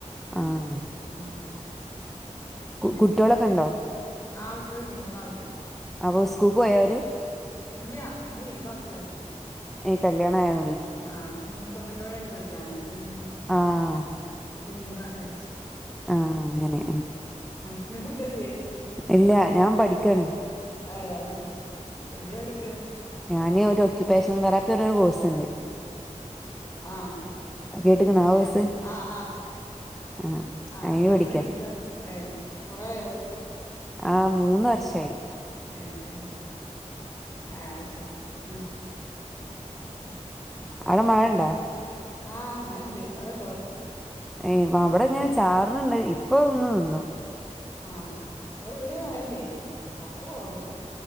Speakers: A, in the centre; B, on the left.
A: ആഹ്
B: ഉം
A: കു
B: ഉം
A: കുട്ടികളൊക്കെ ഉണ്ടോ
B: ആഹ് <unintelligible> മൂന്നാള്ണ്ട്
A: അപൊ സ്കൂക്ക് പോയോര്
B: ഇല്ല്യ ഇന്ന് ലീവാ ആക്കാച്ച്
A: ഏഹ് കല്യാണം ആയോ
B: ആഹ് മൂത്തമ്മൻ്റോടേണ് കല്യാണം അപ്പൊ പിന്നെ
A: ആഹ്
B: അപ്പൊ ലീവാക്കാ വച്ച്
A: ആഹ് അങ്ങനെ
B: ഇങ്ങക്ക് കുട്ടികളില്ലേ
A: ഇല്ല ഞാൻ പഠിക്കാണ്
B: <unintelligible> അയ് ശെരി എന്തിന പഠിക്ക്ണ്
A: ഞാൻ ഒരു ഒക്യുപ്പേഷൻ തെറാപ്പി അർഞ്ഞ ഒരു കോഴ്സ് ഉണ്ട്
B: ആഹ്
A: കേട്ട്ക്കണോ ആ കോഴ്സ്
B: ഏഹ് ആഹ് ആഹ്
A: ആഹ്
B: ആഹ് അയിന്
A: പഠിക്കാ
B: പഠിക്ക ഏഹ് കൊറേ ആയോ
A: ആഹ് മൂന്ന് വർഷായി
B: ഏഹ് അത് ശരി ആഹ് അത് ശരി ആഹ് <unintelligible>
A: അവിടെ മഴ ഉണ്ടാ
B: ആഹ് മഴണ്ട് അവിടെണ്ടോ
A: ഏയ് അവിടെ ഇങ്ങനെ ചാറ്ണുണ്ട് ഇപ്പ ഒന്ന് നിന്നു
B: ആഹ് ഇവടെ ഇത് വരെ മഴല്ലേനി ആ ഇപ്പൊ കൊറവ്ണ്ട്